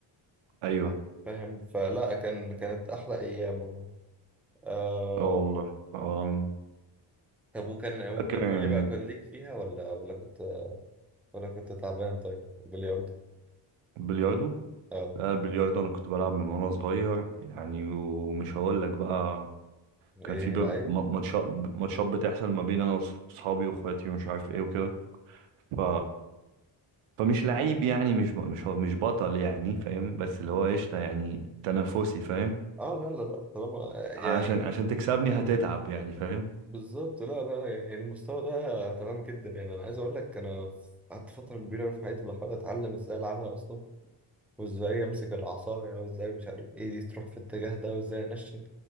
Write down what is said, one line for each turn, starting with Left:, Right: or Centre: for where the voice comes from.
Right: ايوه
Centre: فا- فاهم فلا كان كانت احلى ايام والله آه...
Right: اه والله اه
Centre: طب وكان وكان
Right: فاكر يعني
Centre: قول لي بقى كان ليك فيها ولا ولا كنت ولا كنت تعبان طيب بلياردو
Right: البلياردو
Centre: اه
Right: لا البلياردو انا كنت بلعب من وانا صغير يعني ومش هقول لك بقى
Centre: ايه
Right: كان في باب-
Centre: لعيب
Right: م- ماتشات ماتشات بتحصل ما بين انا واصحابي واخواتي ومش عارف ايه وكده ف فمش لعيب يعني مش ب... مش هو- مش بطل يعني فاهم بس اللي هو قشطه يعني تنافسي فاهم
Centre: اه لا لا لا طالما يعني
Right: عشان عشان تكسبني هتتعب يعني فاهم
Centre: بالظبط لا لا يعني المستوى ده تمام جدا يعني انا عايز اقول لك انا قعدت فتره كبيره أوي في حياتي بحاول اتعلم ازاي العبها اصلا وازاي امسك العصاية وازاي مش عارف ايه دي تروح في الاتجاه ده وازاي انشن